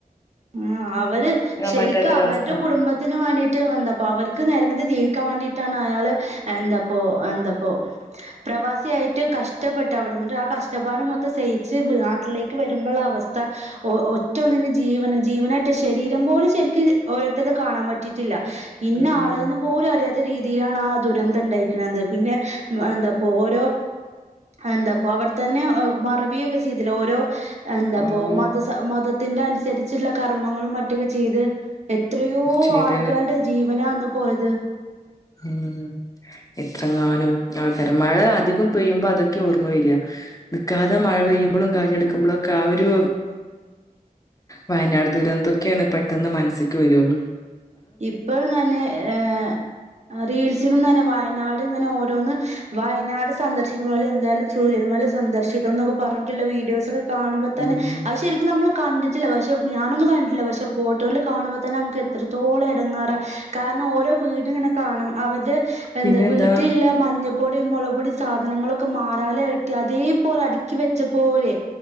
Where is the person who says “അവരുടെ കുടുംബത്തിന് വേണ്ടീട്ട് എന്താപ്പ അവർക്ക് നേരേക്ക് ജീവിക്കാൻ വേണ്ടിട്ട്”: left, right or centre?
Right